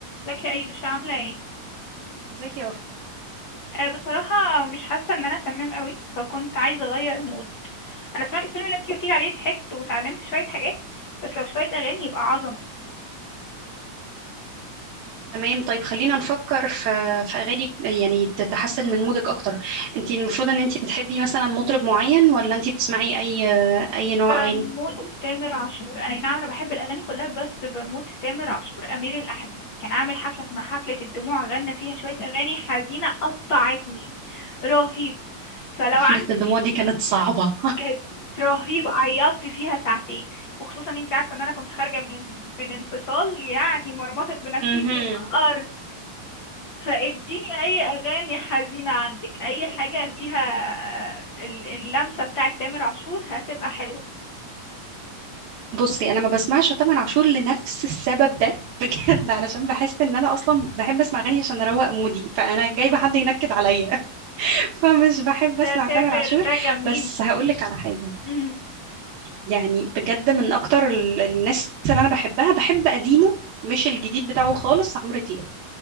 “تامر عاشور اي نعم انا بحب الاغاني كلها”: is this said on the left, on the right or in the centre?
Left